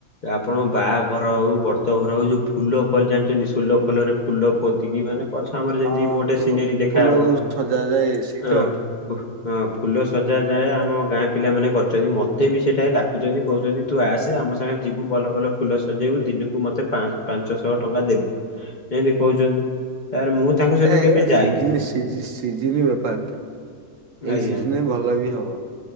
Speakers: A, on the left (about 35°); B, on the right (about 65°).
A: ଆପଣ ବାହାଘର ହଉ ବ୍ରତ ଘର ହଉ ଯୋଉ ଫୁଲ ଫଲ ଜାଣିଛନ୍ତି ଫୋଲ ଫୋଲରେ ଫୁଲ ପୋତିକି ମାନେ ପଛ ଆମର
B: ହଁ
A: ଯେମତି ଗୋଟେ
B: ଫୁଲ
A: ସିନେରୀ ଦେଖାହେବ
B: ଫୁଲ ଯୋଉ ସଜାଯାଏ ସେଇ ତ।
A: ଆଁ ହଁ ଫୁଲ ସଜା
B: ହଁ
A: ଯାଏ
B: ହଁ
A: ଆମ ଗାଁ ପିଲାମାନେ କରୁଛନ୍ତି ମୋତେ ବି ସେଇଠା ଡାକୁଚଛନ୍ତି କହୁଛନ୍ତି ତୁ ଆସେ ଆମ ସାଙ୍ଗ ଯିବୁ ଭଲ ଭଲ ଫୁଲ ସଜେଇବୁ ଦିନକୁ ମୋତେ ପା ପାଞ୍ଚଶହ ଟଙ୍କା ଦେବୁ ଏମିତି କହୁଛନ୍ତି ତପରେ ମୁଁ ତାଙ୍କ ସହିତ
B: ସି
A: କେବେ ଯାଇନି
B: ସିଜିନ ବେପାର ଟା
A: ଆଜ୍ଞା
B: ଏଇ ସିଜିନ ଭଲ ବି ହବ।